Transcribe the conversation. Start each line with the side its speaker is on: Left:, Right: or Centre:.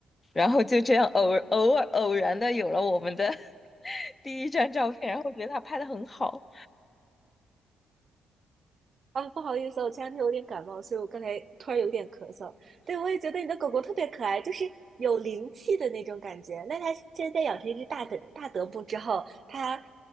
Left: 然后就这样偶尔偶尔偶然的有了我们的 <laughs> 第一张照片，然后我觉得他拍的很好。
Right: 啊，不好意思，我前两天有点感冒，所以我刚才突然有点咳嗽。对，我也觉得你的狗狗特别可爱，就是有灵气的那种感觉。那它现在养成一只大德大德牧之后，它